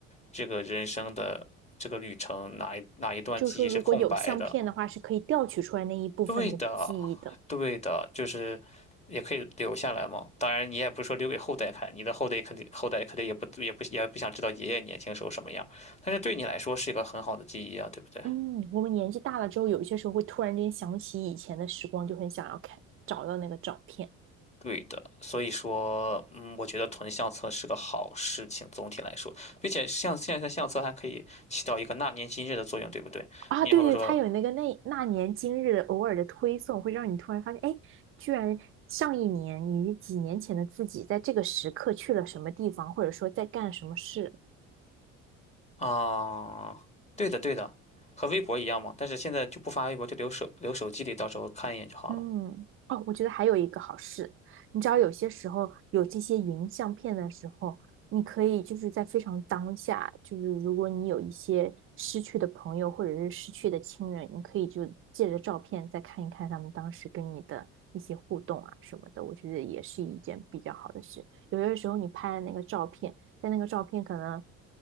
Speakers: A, on the left; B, on the right.
A: 这个人生的这个旅程哪一哪一段记忆是空白的。
B: 就是说如果有相片的话，是可以调取出来那一部分的记忆的。
A: 对的，对的，就是也可以留下来嘛。当然，你也不是说留给后代看，你的后代肯定后代肯定也不也不也不想知道爷爷年轻时候什么样，但是对你来说是一个很好的记忆啊，对不对？
B: 嗯，我们年纪大了之后，有一些时候会突然间想起以前的时光，就很想要看，找到那个照片
A: 对的，所以说，嗯，我觉得囤相册是个好事情，总体来说，并且像现在的相册还可以起到一个纳年今日的作用，对不对？
B: 啊。
A: 你好比说，
B: 对对，它有那个那那年今日的偶尔的推送，会让你突然发现，哎，居然上一年你几年前的自己，在这个时刻去了什么地方，或者说在干什么事。
A: 啊、对的对的，和微博一样嘛，但是现在就不发微博，就留手留手机里，到时候看一眼就好了。
B: 嗯，哦，我觉得还有一个好事，你知道有些时候有这些云相片的时候，你可以就是在非常当下，就是如果你有一些失去的朋友或者是失去的亲人，你可以就借着照片再看一看他们当时跟你的一些互动啊什么的，我觉得也是一件比较好的事。有些时候你拍的那个照片，在那个照片可能